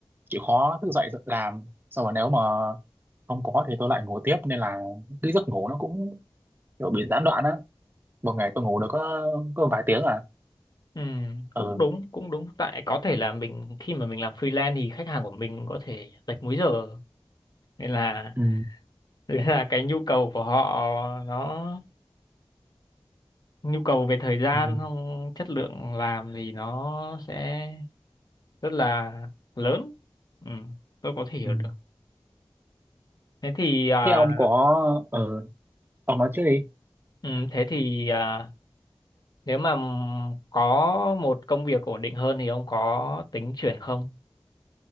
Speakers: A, on the right; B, on the left.
A: chịu khó thức dậy làm xong rồi nếu mà không có thì tôi lại ngủ tiếp nên là cái giấc ngủ nó cũng kiểu bị gián đoạn á một ngày tôi ngủ được có có vài tiếng à
B: ừ cũng
A: ừ.
B: đúng cũng đúng tại có thể là mình khi mà mình làm freelance thì khách hàng của mình có thể lệch múi giờ nên là
A: Ừ.
B: đấy là cái nhu cầu của họ nó nhu cầu về thời gian
A: Ừ.
B: không chất lượng làm thì nó sẽ rất là lớn ừ, tôi có thể hiểu
A: Ừ.
B: được thế thì à,
A: thế ông có ừ. ông nói trước đi
B: ừ, thế thì à, nếu mà có một công việc ổn định hơn thì ông có tính chuyển không